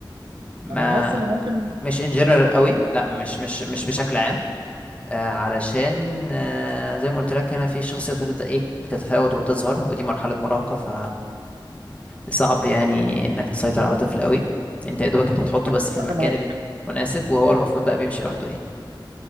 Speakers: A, on the left; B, on the right.
A: ما
B: انا بحس ان ممكن
A: مش ان جنرال قوي لا مش مش مش بشكل عام آه، علشان آه، زي ما قلت لك هنا في شخصيات بتبدأ ايه بتتفاوت وبتظهر ودي مرحلة مراهقة ف صعب يعني انك تسيطر على طفل قوي انت يا دوبك انت بتحطه بس في المكان
B: انا معاك
A: المناسب وهو المفروض بقى بيمشي لوحده يعني